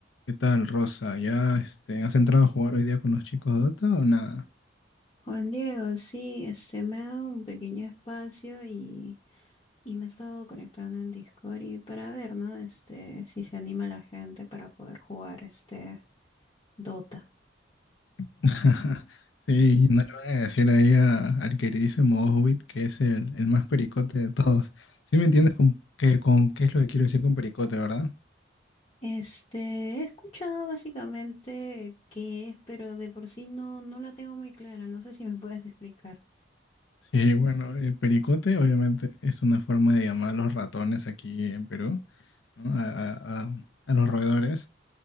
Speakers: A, on the left; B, on the left.
A: ¿Qué tal, Rosa? ¿Ya este, has entrado a jugar hoy día con los chicos Dota o nada?
B: Juan Diego, sí, este me ha dado un pequeño espacio y, y me he estado conectando en Discord y para ver, ¿no? Este, si se anima la gente para poder jugar este Dota.
A: <laughs> Sí, no le van a decir ahí a- al queridísimo Hobbit que es el, el más pericote de todos. ¿Sí me entiendes con, que, con qué es lo que quiero decir con pericote, verdad?
B: Este, he escuchado básicamente qué es, pero de por sí no, no la tengo muy clara. No sé si me puedes explicar.
A: Sí, bueno, el pericote obviamente es una forma de llamar a los ratones aquí en Perú, ¿no? A, a- a- a los roedores.